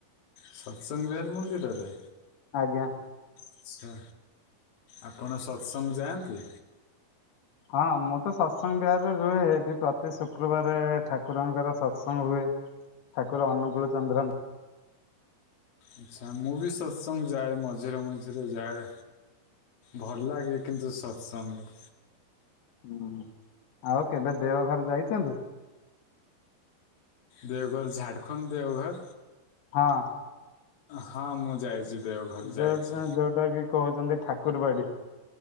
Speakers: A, on the left; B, on the left.
A: ସତ୍ସଙ୍ଗ ବିହାର ମନ୍ଦିରରେ?
B: ଆଜ୍ଞା।
A: ଆଛା ଆପଣ ସତ୍ସଙ୍ଗ ଯାଆନ୍ତି?
B: ହଁ ମୁଁ ତ ସତ୍ସଙ୍ଗ ବିହାରରେ ରୁହେ ଏଠି ପ୍ରତି ଶୁକ୍ରବାର ଠାକୁରଙ୍କର ସତ୍ସଙ୍ଗ ହୁଏ। ଠାକୁର ଅନୁକୁଳ ଚନ୍ଦ୍ର
A: ଆଚ୍ଛା ମୁଁ ବି ସତ୍ସଙ୍ଗ ଯାଏ ମଝିରେ ମଝିରେ ଯାଏ। ଭଲ ଲାଗେ କିନ୍ତୁ ସତ୍ସଙ୍ଗ
B: ହୁଁ ଆଉ କେବେ ଦେଓ ଘର ଯାଇଛନ୍ତି?
A: ଦେଓଘର ଝାଡ଼ଖଣ୍ଡ ଦେଓଘର?
B: ହଁଅଁ
A: ହଁ ମୁଁ ଯାଇଛି ଦେଓଘର। ଯାଇଛି।
B: ଯୋଉଟା ଯୋଉଟା କି କହୁଛନ୍ତି ଠାକୁରବାଡି।